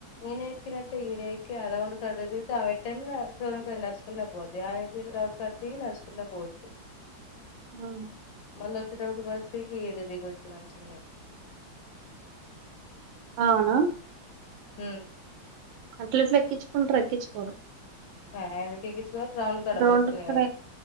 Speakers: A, on the left; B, on the right.
A: ఈనే ఎక్కినట్టే ఈడెక్కి ఆ రౌండ్ కాడ దిగితే ఆ వెట్టనే షోరూ నడుచుకునే పోద్ది ఆ రౌండ్ కడ దిగి నడుచుకునే పోవచ్చు
B: ఆహ్
A: మళ్ళ వచ్చేటప్పుడు బస్ దిగి ఇడ దిగొచ్చు మంచిగనే
B: అవునా!
A: హ
B: అట్ల ఇట్లా ఎక్కించుకుంటారు ఎక్కించుకోవరు
A: ఆ, ఎందుకు ఎక్కించుకోరు కాడ
B: రౌండ్
A: బస్సులు
B: కడ